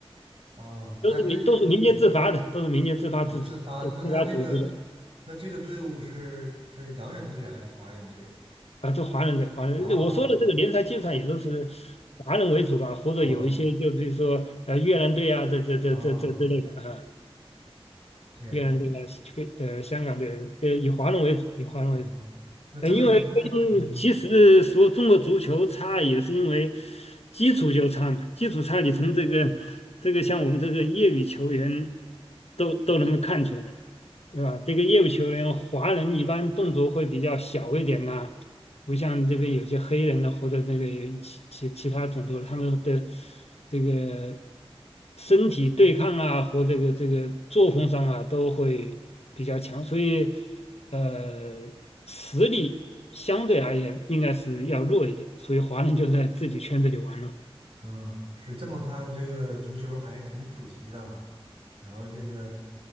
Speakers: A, on the right (about 60°); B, on the left (about 80°).
A: 啊！
B: 都是民都是民间自发的，
A: 他这嗯
B: 都是民间自发自主自发组织的。
A: 啊自发的，那他这个那这个队伍是是洋人队还是华人队？
B: 啊，就华人的华人，
A: 哦
B: 我说的这个联赛基本上也都是华人为主吧，或者有一些就比如说呃越南队啊，
A: 哦
B: 这这这这这之类的啊，
A: 哦，这样
B: 越南队啊，西非呃香港队，呃以华人为主，以华人为主。
A: 哦，那这么一看，
B: 呃，因为跟其实说中国足球差，
A: 嗯。
B: 也是因为基础就差嘛，基础差你从这个这个像我们这个业余球员都都能够看出来。对吧？这个业务球员，华人一般动作会比较小一点呐、不像这边有些黑人的或者那个其其其他种族的，他们的这个身体对抗啊，和这个这个作风上啊，都会比较强，所以呃，实力相对而言应该是要弱一点，所以华人就在自己圈子里玩了。
A: 嗯，是这么看，这个足球还挺普及的哈。然后这个，